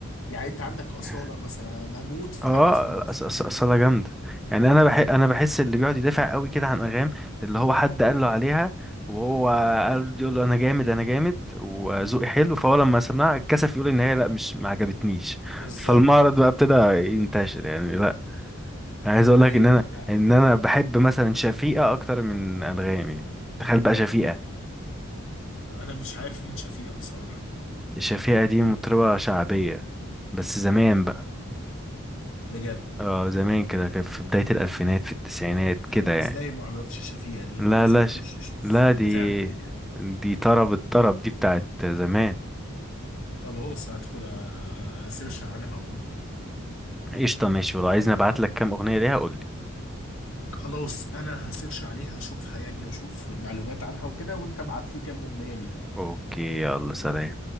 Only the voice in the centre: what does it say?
<laughs>
اه
أص-
أص- اصلها جامده يعني انا بح انا بحس اللي بيقعد يدافع قوي كده عن انغام اللي هو حد قال له عليها وهو قال يقول له انا جامد انا جامد وذوقي حلو فهو لما سمعها اتكسف يقول ان هي لا مش ما عجبتنيش
فالمعرض بقى ابتدى ينتشر يعني لا انا عايز اقول
لك ان انا
ان انا بحب مثلا شفيقة اكتر من انغام يعني تخيل بقى شفيقة
شفيقة دي مطربة شعبية بس زمان بقى
اه زمان كده كان في بداية الالفينات في التسعينات
كده
يعني
لا
لا
ش...
لا
دي
دي طرب الطرب دي بتاعت زمان
قشطة ماشي ولو عايزني ابعت لك كام اغنية ليها قول لي
اوكي يلا سلام